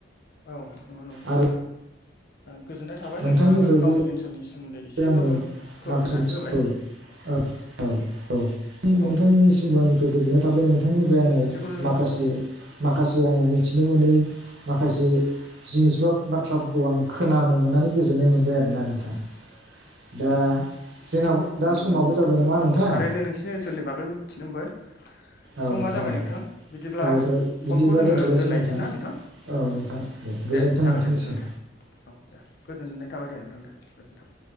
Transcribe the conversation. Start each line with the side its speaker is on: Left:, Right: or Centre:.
Left: औ नंगौ नंगौ
Right: आरो
Left: गोजोननाय थाबाय
Right: नोंथांनिफ्रायबो
Left: नोंथाङा गावनि ओनसोलनि सोमोन्दै एसेबाबो
Right: आङो
Left: फोरमायनानै
Right: माखासे
Left: होबाय
Right: ओ औ औ
Left: औ
Right: नोंथांनिसिमबो आंनिफ्राय गोजोननाय थाबाय नोंथां। नोंथांनिफ्राय आङो
Left: जिखुनु
Right: माखासे माखासे आङो मिथिनो मोनै माखासे जिनिस बा बाथ्राफोरखौ आं खोनानो मोन नानै गोजोननाय मोनबाय आरोना नोंथां। दा जोंहा दा
Left: नंगौ
Right: समाबो
Left: नंगौ नोंथां
Right: जाबाय
Left: नंगौ
Right: नामा
Left: आंबो
Right: नोंथां
Left: थारैनो नोंसिनि ओनसोलनि बागै मिथिनो मोनबाय।
Right: औ
Left: समा जाबाय
Right: औ
Left: नोंथां बिदिब्ला
Right: औ बिदिबा
Left: फनखौ जोङो
Right: दोनथ'लायसै
Left: दोनलायनोसै ना नोंथां?
Right: औ नोंथां गोजोन्थों
Left: दे जागोन
Right: नोंथांनिसिम
Left: दे नोंथां दे औ दे गोजोननाय थाबाय दे नों थां गोजोन्थों।